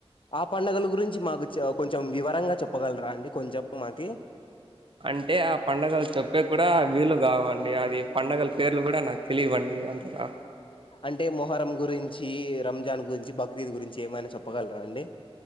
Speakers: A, on the left; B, on the right.
A: ఆ పండుగల గురించి మాకు చె కొంచెం వివరంగా చెప్పగలరా అండి కొంచెం మాకి
B: అంటే ఆ పండగలు చెప్పేకి కూడా వీలు కావండి అది పండగల పేర్లు కూడా నాకు తెలీవండి అంతగా
A: అంటే మొహరం గురించి రంజాన్ గురించి బక్రీద్ గురించి ఏమైనా చెప్పగలరా అండి